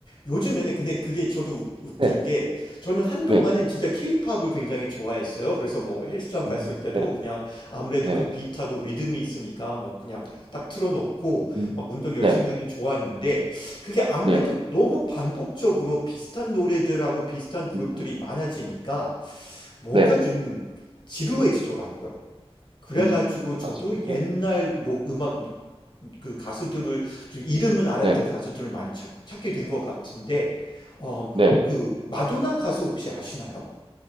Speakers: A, on the left; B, on the right.
A: 요즘에는 근데 그게 저도 웃- 웃긴
B: 네,
A: 게 저는 한동안은
B: 네네.
A: 진짜 케이팝을 굉장히 좋아했어요. 그래서 뭐 헬스장 갔을
B: 음,
A: 때도
B: 네네.
A: 그냥 아무래도
B: 네네.
A: 그 비트하고 리듬이 있으니까 뭐 그냥 딱 틀어놓고
B: 음,
A: 막 운동 열심히
B: 네네.
A: 하긴 좋았는데 그게 아무래도
B: 네네.
A: 너무 반복적으로 비슷한 노래들하고 비슷한 그룹들이
B: 음,
A: 많아지니까 뭔가
B: 네네.
A: 좀 지루해지더라고요. 그래가지고
B: 음,
A: 저도
B: 맞
A: 옛날
B: 네.
A: 노- 음악 그 가수들을 좀 이름은 알았던
B: 네네.
A: 가수들을 많이 찾, 게 된 것 같은데 어,
B: 네네.
A: 그 마도나 가수 혹시 아시나요?